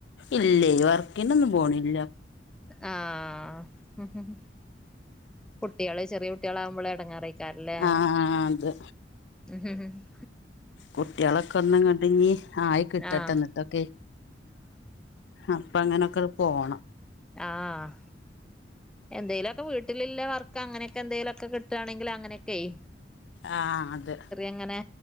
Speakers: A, on the left; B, in the centre.
A: ഇല്ലേ വർക്കിനൊന്നും പോണില്ല.
B: ആഹ് ഹും കുട്ടികള് ചെറിയ കുട്ടികളാകുമ്പോളുളള ഇടങ്ങേറെ
A: ആഹ് അത്
B: <unintelligible> ഹും
A: കുട്ടികളൊക്കെ ഒന്ന് ഇങ്ങോട്ട് ഇനി ആയി കിട്ടട്ടെ
B: ആഹ്
A: എന്നിട്ടൊക്കെ അപ്പൊ അങ്ങനെയൊക്കെ പോണം.
B: ആഹ് എന്തേലുമൊക്കെ വീട്ടിലുള്ള വർക്ക് അങ്ങനെയൊക്കെ എന്തേലുമൊക്കെ കിട്ടുകണെങ്കിൽ അങ്ങനൊക്കയ്
A: ആഹ് അത്
B: അങ്ങനെ